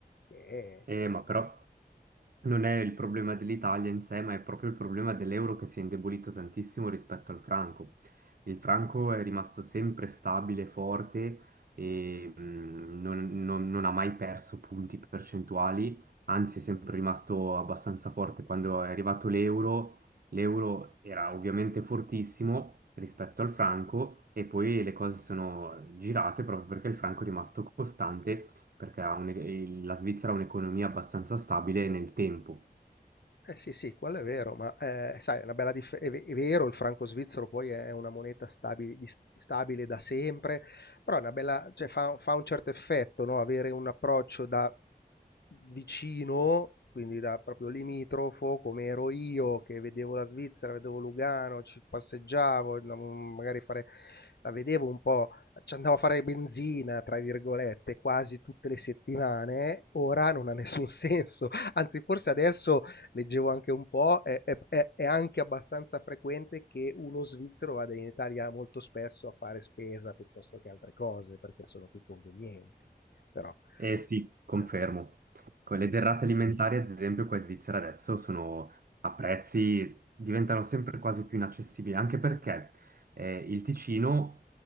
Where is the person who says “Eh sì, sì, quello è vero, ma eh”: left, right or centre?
Left